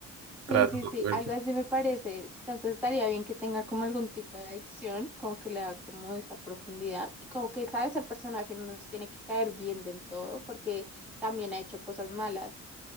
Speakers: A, on the right (about 55°); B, in the centre.
A: tras
B: Sí, sí,
A: no
B: sí,
A: haber-
B: algo así me parece. Entonces estaría bien que tenga como algún tipo de acción, como que le da como esa profundidad y como que, sabes, el personaje no nos tiene que caer bien del todo porque también ha hecho cosas malas.